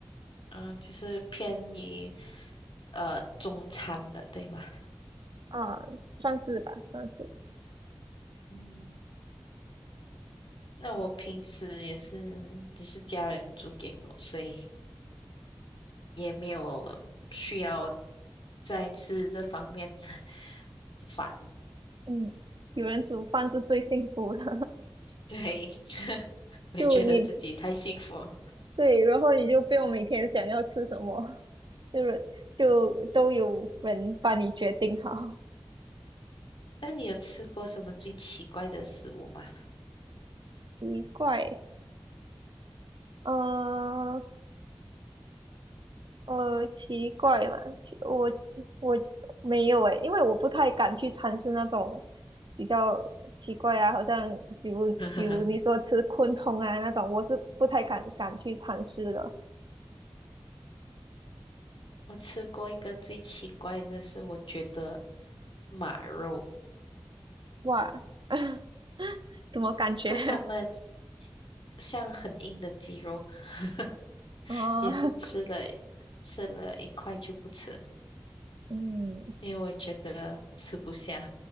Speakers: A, on the left; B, on the right.
A: 嗯，就是偏于呃中餐的，对吧？
B: 啊，算是吧，算是，
A: 嗯，那我平时也是，只是家人煮给我，所以也没有需要再吃这方面的 <laughs> 饭。
B: 嗯，有人煮饭是最幸福的，
A: 对，<laughs>
B: <laughs>
A: 我也觉得自己太幸福了。
B: 就你对，然后你就不用每天想要吃什么，<laughs> 就是就都有人帮你决定好，
A: 那你有吃过什么最奇怪的食物吗？
B: 奇怪。呃，呃，奇怪嘛，奇我我没有诶，因为我不太敢去尝试那种比较奇怪啊，好像比如比如你说吃昆虫啊那种，
A: <laughs>
B: 我是不太敢敢去尝试的。
A: 我吃过一个最奇怪的是，我觉得马肉，
B: 哇，<laughs> 怎么感觉？
A: 就他们
B: <laughs>
A: 像很硬的鸡肉，<laughs>
B: 哦，
A: 也是吃了吃了一块就不吃，
B: <laughs> 嗯，
A: 因为我觉得吃不下。